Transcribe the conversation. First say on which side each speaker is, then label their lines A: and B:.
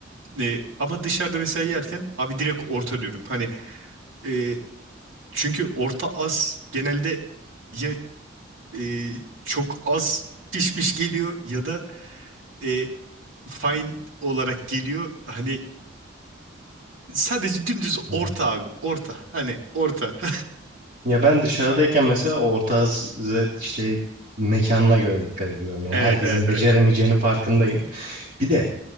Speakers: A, on the right (about 85°); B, on the right (about 45°).
A: E, ama dışarıda mesela yerken abi direkt orta diyorum. Hani e, çünkü orta az genelde ya e, çok az pişmiş geliyor ya da e, fine olarak geliyor. Hani sadece dümdüz orta
B: Evet.
A: abi orta hani orta. <laughs>
B: Ya ben dışarıdayken mesela ortağız işte mekanına göre dikkat ediyorum. Yani
A: Evet
B: herkesin
A: evet
B: beceremeyeceğinin
A: evet evet.
B: farkındayım. Bir de